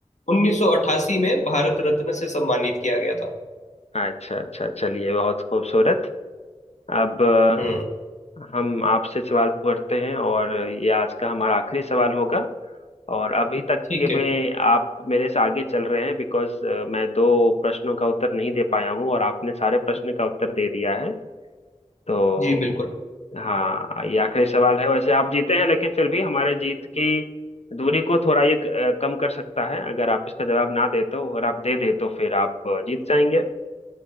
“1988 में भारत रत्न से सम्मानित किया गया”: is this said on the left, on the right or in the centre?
Left